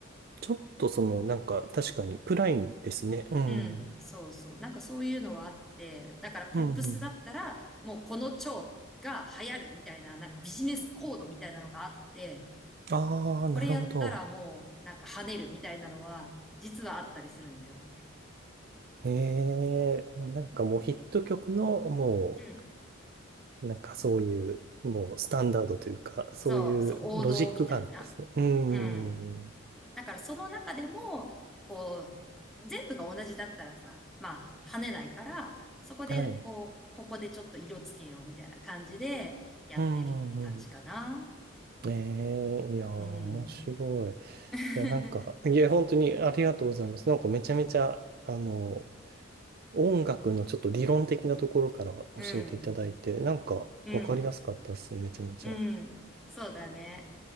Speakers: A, on the right (about 50°); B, in the centre.
A: ちょっとその、なんか、確かに暗いですね。うん。
B: うん、
A: うん
B: そうそう。なんかそういうのはあって、だからポップスだったら、
A: うん。
B: もうこの蝶が流行るみたいな、なんかビジネスコードみたいなのがあって、
A: ああ、なるほど。
B: これやったらもうなんか跳ねるみたいなのは、実はあったりするんだよね。
A: ええなんかもうヒット曲の、も
B: うん。
A: う、なんかそういう、もうスタンダードというか、そういうロジックがあるんですね。
B: そうそう、王道みたいな。
A: うー
B: うん。
A: ん。
B: だからその中でも、こう、全部が同じだったらさ、まあ跳ねないから、そこでこう、
A: はい。
B: ここでちょっと色つけようみたいな感じでやってるって感じかな。
A: うーん。うんええいやー、面白い。
B: うん。
A: い
B: <laughs>
A: や、なんか、いや、本当にありがとうございます。なんかめちゃめちゃ、あの、音楽のちょっと理論的なところから教えていただいて、
B: うん、
A: なんかわかりやすかったっす。
B: うん、
A: めちゃめちゃ。
B: うん。そうだね。